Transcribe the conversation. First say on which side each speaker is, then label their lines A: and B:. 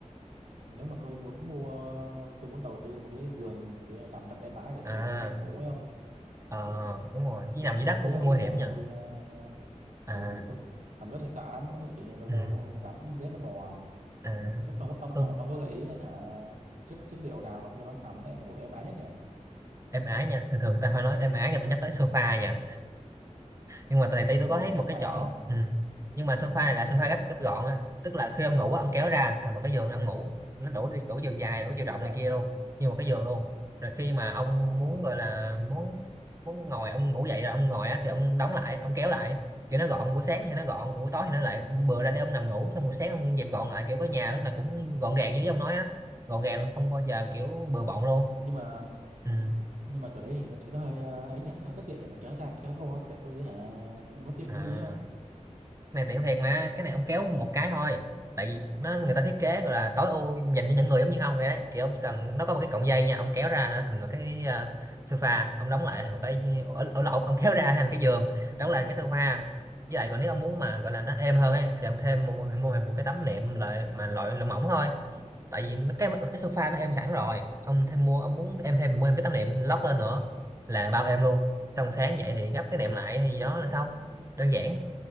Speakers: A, on the right; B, on the right.
A: nếu mà tôi muốn mua tôi muốn đầu tư một cái giường kiểu nằm đặt êm ái tại
B: à
A: tại vì tôi hay ngủ ấy không
B: ờ,
A: Ừ
B: đúng rồi chứ
A: thì,
B: nằm
A: ờ,
B: dưới
A: thì
B: đất
A: ông
B: cũng
A: có gợi ý
B: nguy
A: là
B: hiểm nha
A: cho tôi uh,
B: à,
A: uh, nằm rất là sợ lắm nó kiểu như lâu
B: ừ.
A: lâu có con rắn con rết nó bò
B: à
A: ông ông ông
B: tôi
A: ông, ông có gợi ý hả chất chất liệu nào không cho nó nằm đấy ngủ êm ái nhất nhỉ
B: em ái nha thường thường người ta phải nói em ái người ta nhắc tới sofa nha nhưng mà tại tí tôi
A: ngủ
B: có thấy
A: trên
B: một cái
A: sofa
B: chỗ
A: hả
B: ừ. nhưng mà sofa này là sofa gấp gấp gọn á tức là khi ông ngủ á, ông kéo ra thành một cái giường ông ngủ nó đủ đủ chiều dài đủ
A: ok
B: chiều rộng
A: vậy
B: này kia luôn như một cái giường luôn rồi khi mà ông
A: wow
B: muốn gọi là muốn muốn ngồi ông ngủ dậy là ông ngồi á thì ông đóng lại ông kéo lại kiểu nó gọn buổi sáng thì nó gọn buổi tối thì nó lại bừa ra để ông nằm ngủ xong buổi sáng ông dẹp gọn lại kiểu có nhà lúc nào cũng gọn gàng như ông nói á gọn gàng luôn không bao giờ kiểu bừa bộn luôn
A: nhưng mà
B: ừ.
A: nhưng mà kiểu đấy thì nó thì nó hơi ờ, ấy nhỉ hơi bất tiện nhỉ phải kéo ra kéo vô tại tôi hả muốn tiện
B: à.
A: nghi không
B: này tiện thiệt mà cái này ông kéo một cái thôi tại vì nó người ta thiết kế gọi là tối ưu dành cho những người giống như ông vậy đấy kiểu ông chỉ cần nó có một cái cọng dây nha ông kéo ra nó thành một cái uh, sofa ông đóng lại thành một cái ở, ở lỗ ông kéo ra thành cái giường đóng lại cái sofa với lại còn nếu ông muốn mà gọi là nó êm hơn ấy thì ông thêm một mua thêm một cái tấm nệm loại mà loại loại mỏng thôi tại vì nó- cái cái sofa nó êm sẵn rồi ông thêm mua ông muốn em thêm mình mua thêm cái tấm nệm lót lên nữa là bao êm luôn xong sáng dậy thì gấp cái
A: ồ
B: nệm lại hay gì đó là xong đơn giản